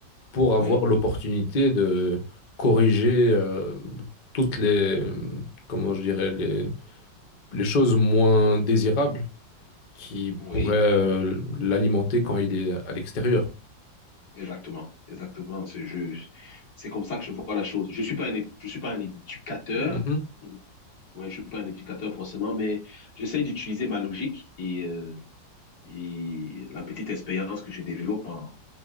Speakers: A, on the left (about 75°); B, on the left (about 55°).
A: pour avoir
B: oui,
A: l'opportunité de corriger euh, toutes les, comment je dirais, les, les choses moins désirables qui pourraient
B: oui.
A: euh, l'alimenter quand il est à l'extérieur.
B: Exactement, exactement. C'est je, c'est comme ça que je vois la chose. Je suis pas un, é- je suis pas un éducateur.
A: Mhm.
B: Ouais, je suis pas un éducateur forcément, mais j'essaye d'utiliser ma logique et, euh, et la petite expérience que je développe en,